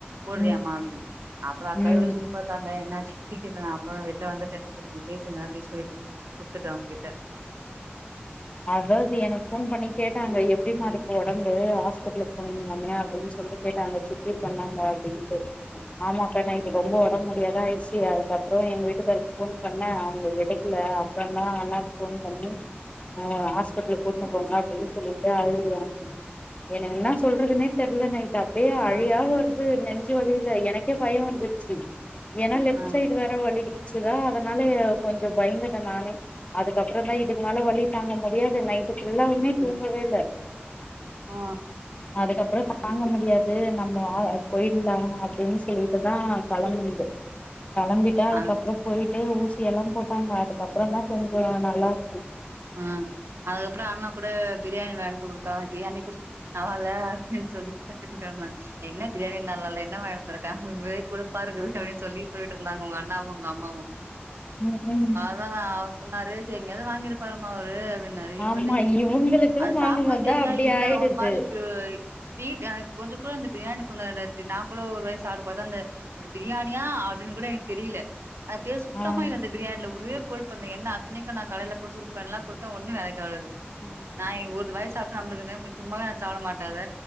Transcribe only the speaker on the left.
ம்
ம்
அதா இப்போ எனக்கு ஃபோன் பண்ணி கேட்டாங்க எப்டிமா இருக்கு ஒடம்பு ஹாஸ்பிடலுக்கு போனீங்களாமே அப்டின்னு சொல்ட்டு கேட்டாங்க சித்தி சொன்னாங்க அப்படின்ட்டு கே ஆமா‌ கேட்டாங்க இப்போ ரொம்போ வொடம் முடியாதா ஆயிடுச்சி அதுக்கப்புறம் எங்க வீட்டுக்காருக்கு ஃபோன் பண்ணே அவங்க எடுக்கல அப்புறந்தா அண்ணாக்கு ஃபோன் பண்ணி ஹ ஹாஸ்பெட்லுக் கூட்னு போங்க அப்டின்னு சொல்லிட்டு அழுத எனக்கு என்னா சொல்றதுனே தெர்ல நைட்டு அப்டியே
அழையா வருது நெஞ்சு வலியில எனக்கே பயோ வந்துருச்சி ஏனனா லெஃப்ட்
சைடு வேற வலிச்சதா அதனால கொஞ்சம் பயந்துட்ட நானே அதுக்கப்புறந்தா இதுக்கு மேல வலி தாங்க முடியாது நைட்டு ஃபுல்லாவுமே
தூங்கவேல்ல
அதுக்கப்றோ தாங்க முடியாது நம்ம போயிட்லா அப்டின்னு சொல்லிட்டுதா கெளம்புனது கெளம்பிட்டு அதுக்கப்புறம்
போயிட்டு ஊசி எல்லா போட்டாங்க அதுக்கப்புறந்தா கொஞ்சோ நல்லா இருஞ்சு
உக்கும்
ஆமா
இவுங்களுக்கு
வாங்கும்போதுதா
அப்டி
ஆயிடுது
ஆ
ம்